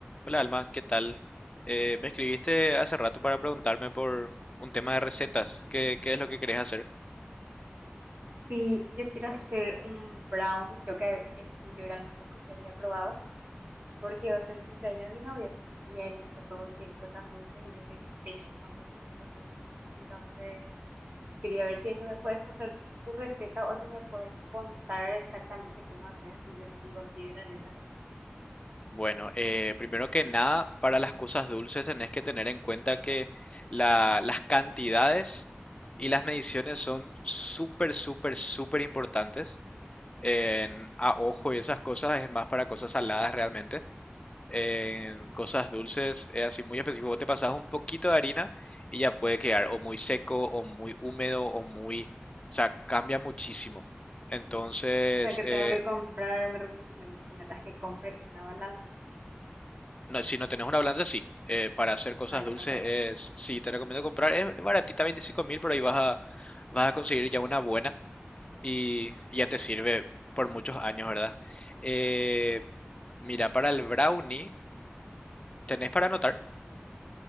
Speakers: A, on the left; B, on the right.
A: Hola Alma, ¿qué tal? Eh, me escribiste hace rato para preguntarme por un tema de recetas. ¿Qué, qué es lo que querés hacer?
B: Sí, yo quiero hacer un brownie, creo que el tuyo era el más rico que había probado, porque iba a ser el cumpleaños de mi novio y a él le gusta todo lo que es cosas dulces y yo soy pésima para las cosas dulces. Entonces, quería ver si es que me puedes pasar tu receta o si me puedes contar exactamente cómo haces, así yo sigo al pie de la letra. O
A: Bueno, eh, primero que nada, para las cosas dulces tenés que tener en cuenta que la- las cantidades y las mediciones son súper, súper, súper importantes. En- a ojo y esas cosas es más para cosas saladas realmente. En cosas dulces es así muy específico. Vos te pasas un poquito de harina y ya puede quedar o muy seco o muy húmedo o muy... O sea, cambia muchísimo. Entonces,
B: sea, que tengo
A: eh,
B: que comprar, me, recom- me recomiendas que compre una balanza.
A: no- si no tenés una balanza, sí. Eh, para hacer cosas
B: No, yo
A: dulces
B: no tengo.
A: es... Sí, te recomiendo comprar. Es baratita, veinticinco mil, pero ahí vas a, vas a conseguir ya una buena y ya te sirve por muchos años, ¿verdad? Eh, mira, para el brownie, ¿tenés para anotar?